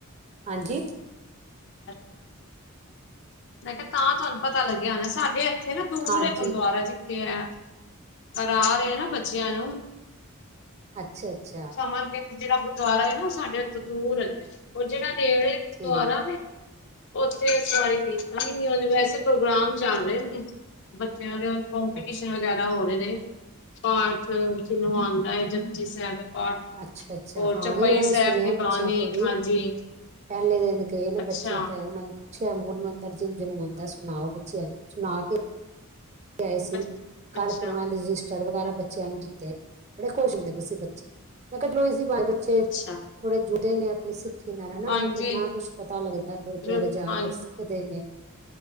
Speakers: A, on the right (about 30°); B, on the left (about 55°).
A: ਹਾਂਜੀ
B: <inaudible> ਮੈਂ ਕਿਹਾ ਤਾਂ ਤੁਹਾਨੂੰ ਪਤਾ ਲੱਗਿਆ ਹੋਣਾ, ਸਾਡੇ ਇੱਥੇ ਨਾ ਦੂਰ
A: ਹਾਂਜੀ
B: ਹੈ, ਗੁਰਦੁਆਰਾ ਜੀ। ਤੇ ਐ ਕਰਾ ਰਹੇ ਆ, ਬੱਚਿਆਂ ਨੂੰ
A: ਅੱਛਾ-ਅੱਛਾ
B: ਮਾਰਕੀਟ ਜਿਹੜਾ ਗੁਰਦੁਆਰਾ ਹੈ ਨਾ, ਉਹ ਸਾਡੇ ਐਥੋ ਦੂਰ ਹੈ, ਉਹ ਜਿਹੜਾ ਨੇੜੇ ਐ
A: ਠੀਕ
B: ਦੁਆਰਾ ਵੇ ਉੱਥੇ ਸ਼ਇਦ ਹੀ, ਵੈਸੇ ਪ੍ਰੋਗਰਾਮ ਚੱਲ ਰਹੇ ਨੇ ਬੱਚਿਆਂ ਦੇ ਕੋਂਪੀਟੀਸ਼ਨ
A: ਅੱਛਾ
B: ਵਗੈਰਾ ਹੋ ਰਹੇ ਨੇ ਪਾਠ ਜਿਨੂੰ ਆਂਦਾ ਐ, ਜਪੁਜੀ ਸਾਹਿਬ ਦਾ ਪਾਠ
A: ਅੱਛਾ ਅੱਛਾ
B: ਹੋਰ
A: ਹਾਂ
B: ਚੌਪਈ
A: ਨਹੀਂ ਉਹਨਾਂ ਨੇ
B: ਸਾਹਿਬ
A: ਸੁਣਿਆ
B: ਦੀ
A: ਬੱਚਿਆਂ
B: ਬਾਣੀ
A: ਤੋਂ ਵੀ
B: ਹਾਂਜੀ।
A: ਪਹਿਲੇ ਦਿਨ ਗਏ ਨੇ
B: ਅੱਛਾ
A: ਬੱਚੇ <unintelligible> ਨ ਪੁਛਿਆ ਮੂਲ ਮੰਤਰ ਜਿਨ ਜਿਨੂੰ ਆਂਦਾ ਸੁਣਾਓ ਬੱਚਿਆਂ ਨੂੰ ਸੁਣਾ ਕੇ ਆਏ ਸੀ
B: ਅੱਛ
A: ਕਾਲ
B: ਅੱਛਾ,
A: ਕਰਵਾਣ ਰਿਜ ਜਿਸਟਰ ਬੱਚਿਆਂ ਨੂੰ ਦਿੱਤੇ ਬੜੇ ਖੁਸ਼ ਹੁੰਦੇ ਪਏ ਸੀ ਬੱਚੇ ਮੈਂ ਕਿਹਾ <unintelligible>
B: ਅੱਛਾ।
A: ਥੋੜੇ ਜੁੜੇ ਨੇ ਆਪਣੀ ਸਿੱਖੀ ਨਾਲ ਹੈਨਾ,
B: ਹਾਂਜੀ
A: ਉਹਨੂੰ ਕਿੰਨਾ ਕੁਛ ਪਤਾ ਲੱਗਦਾ ਗੁਰਦੁਆਰੇ
B: ਬਿਲ
A: ਜਾ
B: ਹਾਂ
A: ਕੇ <unintelligible>